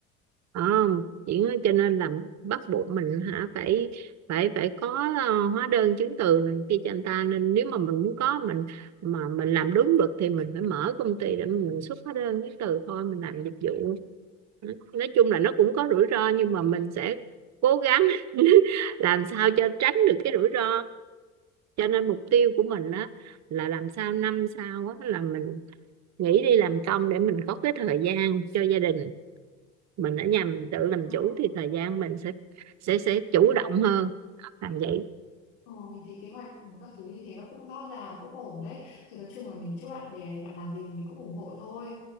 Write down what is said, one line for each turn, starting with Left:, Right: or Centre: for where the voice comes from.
Right: không chỉ cho nên là bắt buộc mình hả phải phải phải có ờ, hóa đơn chứng từ này kia cho anh ta nên nếu mà mình muốn có mình mà mình làm đúng luật thì mình phải mở công ty để mình xuất hóa đơn chứng từ thôi mình làm dịch vụ nói chung là nó cũng có rủi ro nhưng mà mình sẽ cố gắng <laughs> làm sao cho tránh được cái rủi ro cho nên mục tiêu của mình á là làm sao năm sau á là mình nghỉ đi làm công để mình có cái thời gian cho gia đình mình ở nhà mình tự làm
Left: ờ.
Right: chủ thì thời gian mình sẽ sẽ sẽ chủ động hơn làm vậy
Left: Ừ, mình thấy kế hoạch các thứ như thế nó cũng rõ ràng cũng ổn đấy thì nói chung là mình chúc bạn bè thì bạn làm gì thì mình cũng ủng hộ thôi